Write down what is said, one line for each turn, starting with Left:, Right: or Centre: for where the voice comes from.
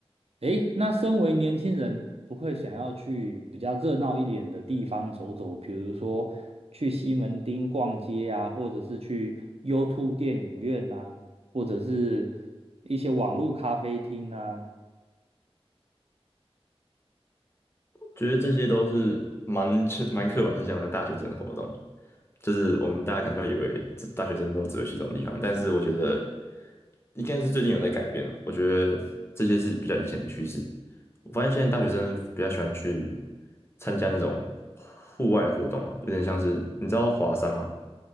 Right: 诶，那身为年轻人，不会想要去比较热闹一点的地方走走，比如说去西门町逛街啊，或者是去 U2 电影院啊，或者是一些网络咖啡厅啊。
Left: 觉得这些都是蛮蛮刻板印象的大学生活动，就是我们大家可能会以为这大学生都只会去这种地方，但是我觉得应该是最近有在改变了，我觉得这些是比较以前的趋势。我发现现在大学生比较喜欢去参加那种户外活动嘛，有点像是你知道华山吗？